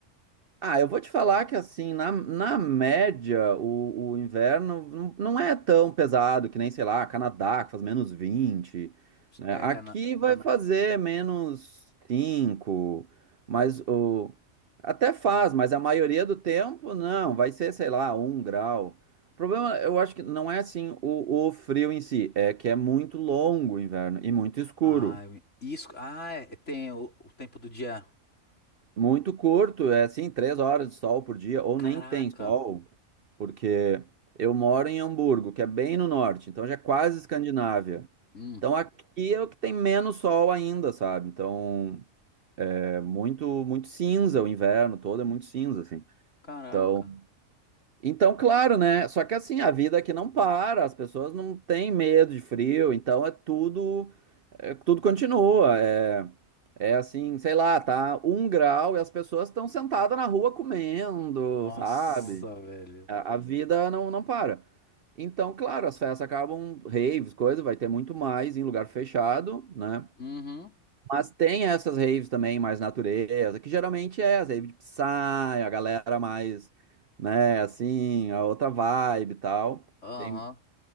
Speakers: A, on the right; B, on the left.
A: Ah, eu vou te falar que assim, na, na média, o, o inverno não não é tão pesado que nem, sei lá, Canadá, que faz menos 20, né?
B: É,
A: Aqui
B: cana...
A: vai fazer menos 5, mas o... até faz, mas a maioria do tempo não, vai ser, sei lá, um grau. O problema, eu acho que não é assim o, o frio em si, é que é muito longo o inverno e muito escuro.
B: Ah, isso. Ah, é, tem o, o tempo do dia.
A: Muito curto, é assim, três horas de sol por dia, ou
B: Caraca.
A: nem tem sol, porque eu moro em Hamburgo, que é bem no norte, então já é quase Escandinávia.
B: Hum,
A: Então aqui é o que tem menos sol ainda, sabe? Então é muito, muito cinza, o inverno todo é muito cinza, assim.
B: caraca.
A: Então, então, claro, né? Só que assim, a vida aqui não para, as pessoas não têm medo de frio, então é tudo, é, tudo continua. É, é assim, sei lá, tá um grau e as pessoas estão sentadas na rua comendo,
B: Nossa,
A: sabe?
B: velho.
A: A, a vida não, não para. Então, claro, as festas acabam, raves, coisa, vai ter muito mais em lugar fechado, né?
B: Uhum.
A: Mas tem essas raves também, mais natureza, que geralmente é as raves de Psy, a galera mais, né, assim, a outra vibe e tal.
B: Aham.
A: Tem,